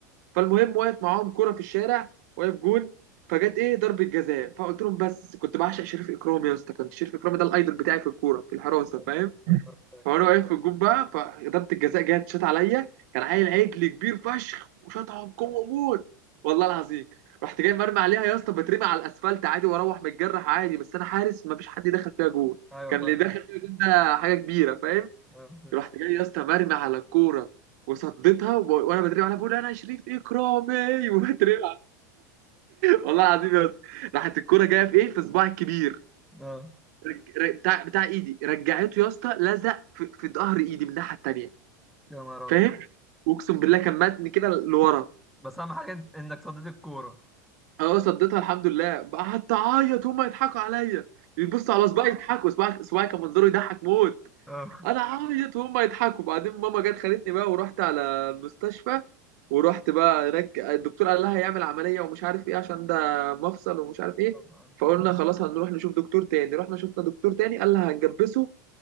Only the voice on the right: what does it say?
فالمهم واقف معاهم كوره في الشارع واقف جون فجت ايه ضربه جزاء فقلت لهم بس كنت بعشق شريف اكرامي يا اسطى كان شريف اكرامي ده الايدول بتاعي في الكوره في الحراسه
فاهم
فانا واقف في الجون بقى فضربة الجزاء جت شاط عليا كان عيل عجل كبير فشخ وشاطها بقوه موت والله العظيم رحت جاي مرمي عليها يا اسطى بترمي على الاسفلت عادي واروح متجرح عادي بس انا حارس ما فيش حد دخل فيها جول
كان
اللي داخل فيها جول ده حاجه كبيره فاهم
رحت جاي يا اسطى مرمي على الكوره وصديتها وب... وانا بترمي عليها بقول انا شريف اكرامي <laughs> وبترمي عليها. والله العظيم يا اسطى راحت الكوره جايه في ايه في صباعي الكبير
رج... رج- بتاع بتاع ايدي رجعته يا اسطى لزق في... في ظهر ايدي من الناحيه التانيه
فاهم واقسم بالله كان ماتني كده لورا
اه صديتها الحمد لله قعدت اعيط هما يضحكوا عليا يبصوا على صباعي يضحكوا صباعي صباعي كان منظره يضحك موت
انا اعيط وهما يضحكوا بعدين ماما جت خدتني بقى ورحت على المستشفى ورحت بقى هناك الدكتور قال لها هيعمل عمليه ومش عارف ايه عشان ده مفصل ومش عارف ايه
فقلنا خلاص هنروح نشوف دكتور تاني رحنا شفنا دكتور تاني قال لها هنجبسه